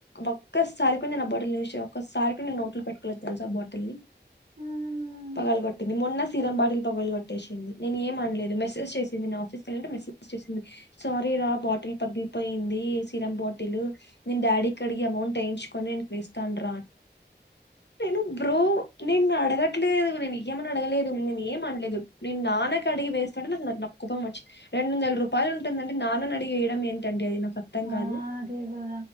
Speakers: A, on the left; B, on the right.
A: ఒక్కసారి కూడా బాటిల్ చూసి ఒక్కసారి కూడా నోట్లు పెట్టుకోలేచ్చు తెలుసా ఆ బాటిల్ని.
B: హ్మ్.
A: పగలు కొట్టింది మొన్న సీరంబాల్ పగలు కొట్టేసి నేను ఏమ అనలేదు మెసజ్ చేసింది నా ఆఫీస్కి వెళంటే మెసేజ్. సింది సారీ రా బాటిల్ పగ్గి, పోయింది సిరం బాటిల్ నేను డాడీకి అడిగి అమౌంట్ వేయించుకొని నేను వేస్తాను రా, నేను బ్రో నిన్ను అడగట, లేదు నేను ఇయ్య మని అడగలేదు నేను ఏం అనలేదు నేను నాన్నకి అడిగి వేస్తాడలే అన్నారు నాకు కో ప్పం మచ్చది. రెండు వందల రూపాయలుంటుందండి నాన్న అడిగేయడం ఏంటి. ండి అది నాకు అర్థం
B: ఆ
A: కాదు
B: అదే కదా